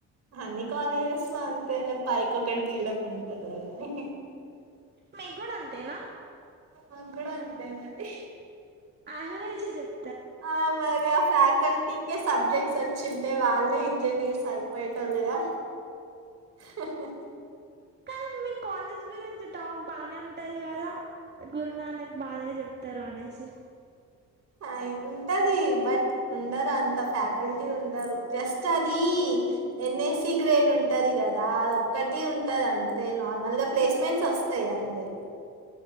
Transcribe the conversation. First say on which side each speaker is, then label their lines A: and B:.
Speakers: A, on the right (about 55°); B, on the right (about 35°).
A: అన్ని కాలేజెస్ లో అం. అంతేలే పైకి ఒకటి బిల్డప్ ఉంటదిలే గని హీహీ.
B: మీకూడా అంతేనా.
A: మాకూడా అంతే మరి హి.
B: యావేరేజే చెప్.
A: ఆహ్ మరి ఆ ఫ్యాకల్టీ. ల్టీకే సబ్జెక్ట్స్ వచ్చింటే వాళ్ళే ఇంజనీర్స్ అయిపోయేటోలుగా. హహ్హా.
B: కానీ మీ కాలేజ్ గురించి టాక్ బానే ఉంటది కదా గురునానక్ బానే చెప్తారు అనేసి.
A: ఆహ్ ఉంటది బట్ ఉండదు అంత ఫ్యాకల్టీ ఉండరు జస్ట్ అది. ఎన్ ఎ స్సి గ్రేడ్ ఉంటది కదా అది ఒక్కటి ఉంటది అంతే నార్మల్గా ప్లేస్మెంట్స్ వస్తాయి. ఇగంతే.